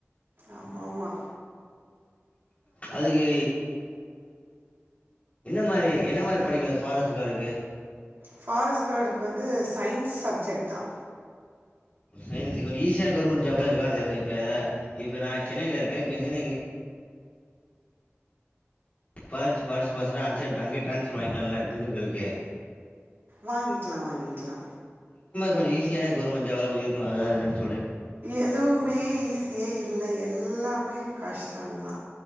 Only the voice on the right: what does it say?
ஆமா ஆமா
ஃபாரஸ்ட் கார்டுக்கு வந்து சயின்ஸ் சப்ஜெக்ட் தா
வாங்கிக்கிலா வாங்கிக்கிலா
எதுவுமே ஈஸியே இல்ல எல்லாமே கஷ்டந்தா